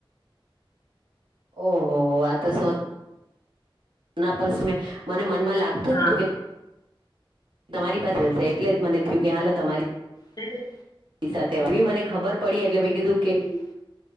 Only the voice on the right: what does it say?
<unintelligible> ઓહો હો આ તો સો આના પરમે મને મનમાં લાગતું
જ તું કે તમારી પાસે હશે એટલે જ મને થયું કે હાલત અમારી
એ સાથે મને ખબર પડી એટલે મેં કીધું
કે